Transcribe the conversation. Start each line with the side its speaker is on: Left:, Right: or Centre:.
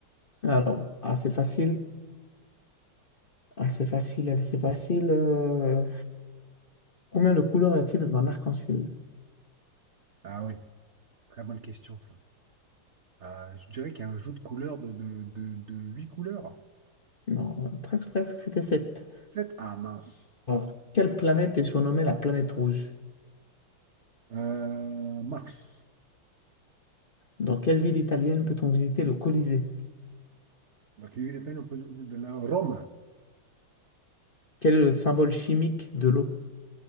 Left: Alors, assez facile. Assez facile, assez facile. euh, Combien de couleurs y a-t-il dans un arc-en-ciel?
Right: Ah oui, très bonne question, ça. Ah, je dirais qu'il y a un jeu de couleurs de, de, de, de 8 couleurs.
Left: Non, euh, presque, presque, c'était sept.
Right: sept Ah, mince.
Left: Ah. Quelle planète est surnommée la planète rouge?
Right: Euh, Mars.
Left: Dans quelle ville italienne peut-on visiter le Colisée?
Right: Donc, les huit étoiles, on peut- de la Rome.
Left: Quel est le symbole chimique de l'eau?